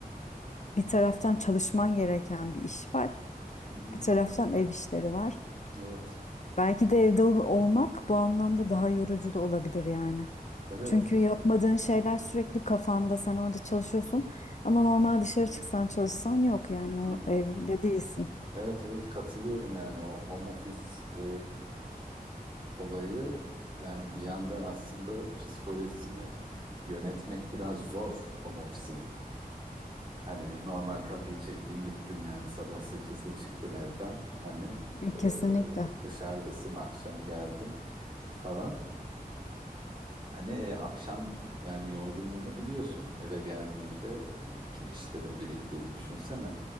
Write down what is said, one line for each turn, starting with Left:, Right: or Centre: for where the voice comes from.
Left: bir taraftan çalışman gereken bir iş var,
Right: hı hı.
Left: bir taraftan ev işleri var.
Right: Evet.
Left: Belki de evde ol- olmak bu anlamda daha yorucu da olabilir yani.
Right: Evet.
Left: Çünkü yapmadığın şeyler sürekli kafanda, sen orada çalışıyorsun ama normal dışarı
Right: Hı hı.
Left: çıksan çalışsan yok yani o
Right: Hı hı.
Left: evde değilsin.
Right: Evet evet katılıyorum yani o home office e, olayı yani bir yandan aslında psikolojisini yönetmek biraz zor home office'in. Hani normal kapıyı çektin gittin yani sabah sekizde çıktın evden. Hani
Left: E,
Right: e,
Left: Kesinlikle.
Right: dışarıdasın akşam geldin falan. Hani e, akşam yani yorgunluğunu biliyorsun eve geldiğinde yani bütün işlerin biriktiğini düşünsene.